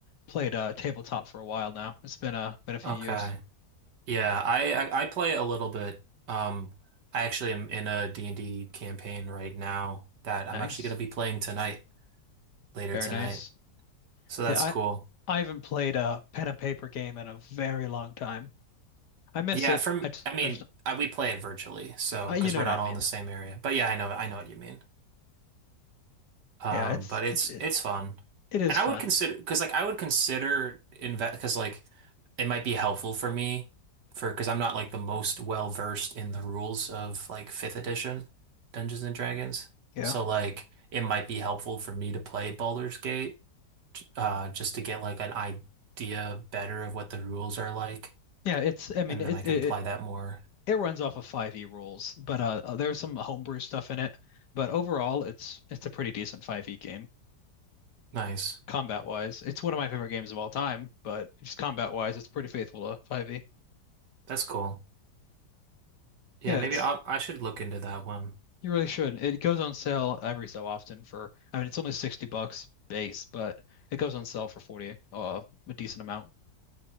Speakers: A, on the left (about 70°); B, on the right (about 75°).
A: played uh tabletop for a while now. It's been uh been a few
B: Okay.
A: years.
B: Yeah, I, I I play a little bit. Um I actually am in a D and d campaign right now that I'm
A: Nice.
B: actually going to be playing tonight, later
A: Very
B: tonight.
A: nice.
B: So that's
A: Yeah, I
B: cool.
A: I haven't played a pen and paper game in a very long time. I miss
B: Yeah,
A: it.
B: from
A: I just
B: I mean,
A: I just
B: I, we play it virtually, so
A: I,
B: because
A: you know
B: we're
A: what
B: not
A: I mean.
B: all in the same area. But yeah, I know I know what you mean. Um,
A: Yeah, it's
B: but it's
A: it's it,
B: it's fun,
A: it is
B: and I
A: fun.
B: would consider because like I would consider invest because like it might be helpful for me for because I'm not like the most well versed in the rules of like fifth edition Dungeons and Dragons.
A: Yeah.
B: So like it might be helpful for me to play Baldur's Gate uh, just to get like an idea better of what the rules are like,
A: Yeah, it's I mean
B: and
A: it
B: then I could
A: it
B: apply that more.
A: it runs off of 5e rules, but uh uh, there's some homebrew stuff in it, but overall it's it's a pretty decent 5e game
B: Nice.
A: combat wise. It's one of my favorite games of all time, but just combat wise it's pretty faithful to 5e.
B: That's cool. Yeah,
A: Yeah, Yeah.
B: maybe
A: it's
B: I I should look into that one.
A: you really should. It goes on sale every so often for I mean it's only 60 bucks base, but it goes on sale for 40 uh a decent amount.